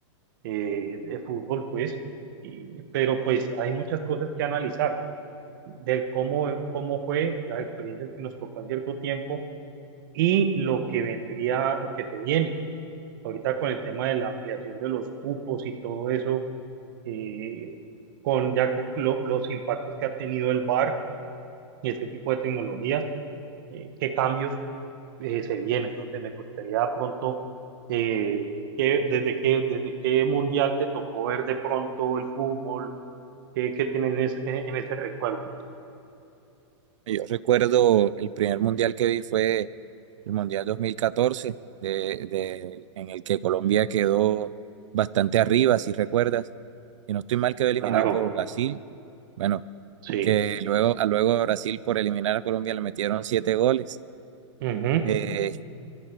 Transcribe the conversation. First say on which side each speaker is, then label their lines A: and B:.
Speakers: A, on the right; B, on the right.
A: eh, de fútbol, pues. Y- pero pues hay muchas cosas que analizar del cómo, cómo fue las experiencias que nos tocó en cierto tiempo y lo que vendría, lo que se viene ahorita con el tema de la ampliación de los cupos y todo eso, eh, con ya con lo- los impactos que ha tenido el VAR y este tipo de tecnologías, eh, qué cambios eh, se vienen. no Entonces me gustaría pronto, eh, que, desde qué, desde qué mundial te tocó ver de pronto el fútbol, qué, qué tienes en ese recuerdo.
B: Yo recuerdo el primer mundial que vi fue el Mundial 2014 de, de- en el que Colombia quedó bastante arriba, si recuerdas. Y no estoy mal, quedó eliminado
A: Claro,
B: por Brasil. Bueno,
A: sí.
B: que luego, a luego a Brasil por eliminar a Colombia le metieron siete goles.
A: Ujú,
B: Eh,